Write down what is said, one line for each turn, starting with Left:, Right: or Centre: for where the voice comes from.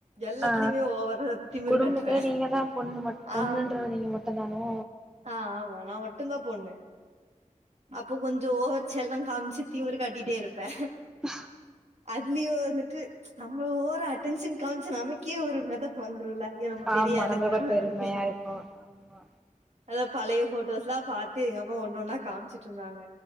Right: எல்லாத்துலயுமே
Centre: ஆ
Right: ஓவரா திமிரு
Centre: குடும்பத்துல
Right: கட்டுவே
Centre: நீங்க தா பொண்ணு மட் பொண்ணுன்ற
Right: ஆ
Centre: நீங்க மட்டுந்தானோ
Right: ஆ ஆமா நா மட்டுந்தா பொண்ணு அப்போ கொஞ்சோ ஓவர் செல்லோ காம்ச்சு திமிரு காட்டிட்டே இருப்பே
Centre: ப
Right: அதுலயு வந்துட்டு நம்ம ஓறா அட்டடென்ஷன் காம்ச்சு நமக்கே ஒரு மெதப்பு வந்துருல ஏ நம்ம பெரிய
Centre: ஆமா
Right: ஆளுங்கிற
Centre: நம்மளுக்கு ஒரு
Right: மாரி
Centre: பெருமையா இருக்கு ஆமா
Right: அதா பழைய போட்டோஸ்லா பாத்து எங்கம்மா ஒன் ஒன்னா காம்ச்சுட்டு இருந்தாங்க